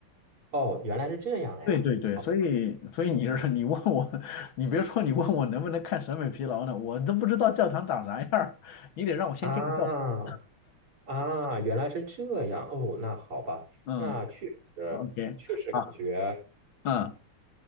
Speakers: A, on the right (about 85°); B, on the left (about 70°).
A: 哦，原来是这样呀。
B: 对对对，
A: 好
B: 所以所以你是 <laughs> 你问我，<laughs> 你别说你问我能不能看审美疲劳呢，我都不知道教堂长啥样儿，你得让我先进个教堂。
A: 啊啊，原来是这样。哦，那好吧，
B: 嗯
A: 那确实确实感觉。
B: ，OK，好，嗯